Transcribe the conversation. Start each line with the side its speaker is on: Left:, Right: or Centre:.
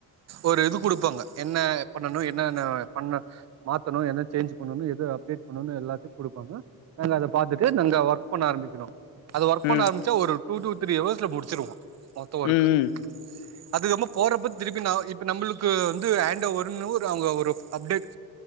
Right: ஒரு இது கொடுப்பாங்க என்ன பண்ணணும் என்னன்ன பண்ண மாத்தணும் ஏதா சேஞ் பண்ணும் எது அப்டேட் பண்ணும் எல்லாத் கொடுப்பாங்க நாங்க அத பார்த்துட்டு நாங்க ஒர்க் பண்ண ஆரம்பிக்கனும் அது ஒர்க்
Left: ம்
Right: பண்ண
Left: ம்
Right: ஆரம்பிச்சா ஒரு டூ டூ த்ரீ ஹர்ஸல்ல முடிச்சிருவோம் மொத்த ஒர்க்கு
Left: ம்
Right: அதுக்க போறப்ப திருப்பி நா இப்ப நம்மளுக்கு வந்து ஹேண்ட் ஓவருன்னு அவங்க ஒரு அப்டேட்